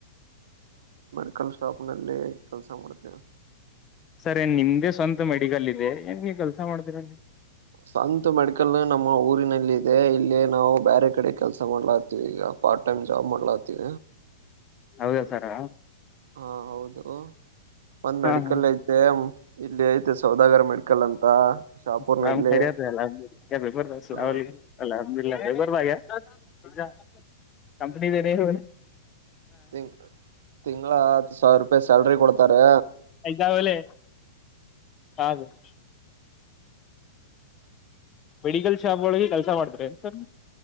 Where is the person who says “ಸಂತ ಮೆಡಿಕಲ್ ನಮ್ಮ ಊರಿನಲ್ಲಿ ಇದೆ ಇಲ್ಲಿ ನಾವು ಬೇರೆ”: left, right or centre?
Right